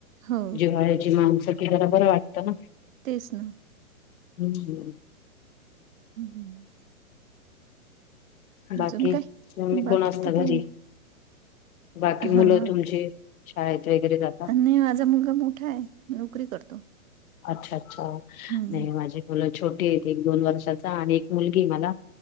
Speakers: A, on the right; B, on the left.
A: हो
B: जिव्हाळ्याची माणसं की जरा बरं वाटतं ना.
A: तेच ना
B: हम्म....
A: हम् हम्
B: बाकी
A: अजून काय
B: मम्मी
A: बाकी
B: कोण असत
A: तर काही
B: घरी.
A: नाही
B: बाकी मुलं
A: हा.
B: तुमची शाळेत वगैरे जाता.
A: नाही माझा मुलगा मोठा आहे. नोकरी करतो.
B: अच्छा अच्छा
A: हम्म
B: नाही माझी मुलं छोटी आहे एक दोन वर्षाचा आणि एक मुलगी मला.